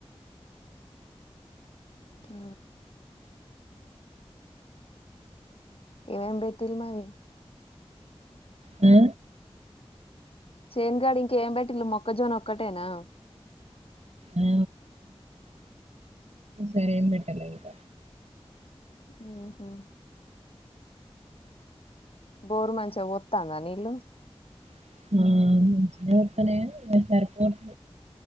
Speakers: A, on the left; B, on the right.
A: ఆ ఏవేంబెటిలు మరి
B: ఆ
A: చేన్గాడి ఇంకేం బట్టి ఇల్లు మొక్కజోన్ ఒక్కటేనా
B: ఆ సరేం పెట్టాల ఇద
A: ఆహా బోరు మంచిగా వస్తాంద నీళ్లు
B: <inaudible>